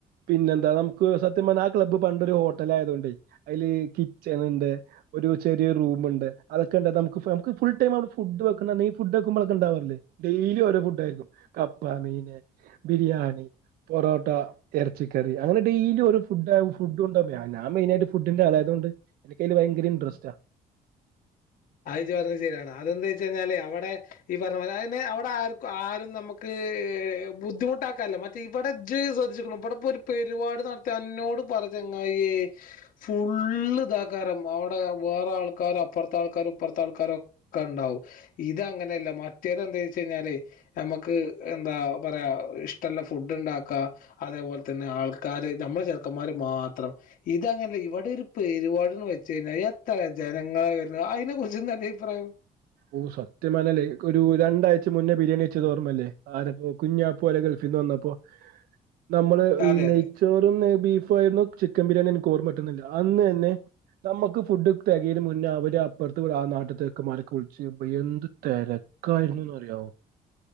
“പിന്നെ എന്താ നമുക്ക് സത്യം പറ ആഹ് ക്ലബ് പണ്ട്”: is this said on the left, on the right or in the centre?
Right